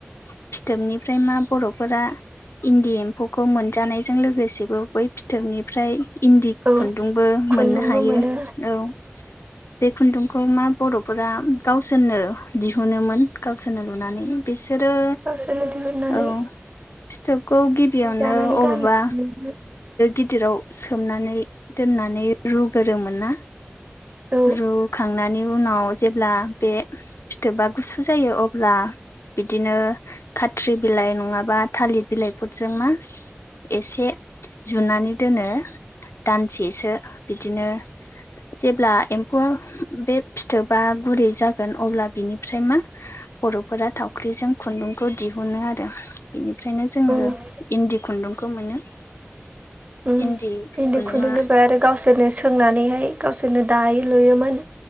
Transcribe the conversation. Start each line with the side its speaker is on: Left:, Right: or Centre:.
Left: फिथोबनिफ्राय मा बर'फोरा इन्दि एम्फौखौ मोनजानायजों लोगोसेबो बै फिथोबनिफ्राय इन्दि
Right: औ
Left: खुन्दुंबो मोननो
Right: खुन्दुंबो
Left: हायो
Right: मोनो
Left: औ बे खुन्दुंखौ मा बर'फोरा गावसोरनो दिहुनोमोन गावसोरनो लुनानै बिसोरो
Right: गावसोरनो दिहुननानै
Left: औ फिथोबखौ गिबियावनो
Right: दानानै
Left: अबेबा
Right: गानो
Left: गिदिराव सोमनानै दोननानै रुगोरोमोन ना
Right: औ
Left: रुखांनायनि उनाव जेब्ला बे फिथोबा गुसु जायो अब्ला बिदिनो खाथ्रि बिलाइ नङाबा थालिर बिलाइफोरजों मा एसे जुनानै दोनो दानसेसो बिदिनो जेब्ला एम्फौआ बे फिथोबा गुरै जागोन अब्ला बिनिफ्राय मा बर'फोरा थावख्रिजों खुन्दुंखौ दिहुनो आरो बिनिफ्रायनो जोङो
Right: औ
Left: इन्दि खुन्दुंखौ मोनो
Right: उम
Left: इन्दि
Right: इन्दि
Left: खुन्दुङा
Right: खुन्दुंनिफ्राय आरो गावसोर सोरनो सोंनानैहाय गावसोरनो दायो लुयोमोन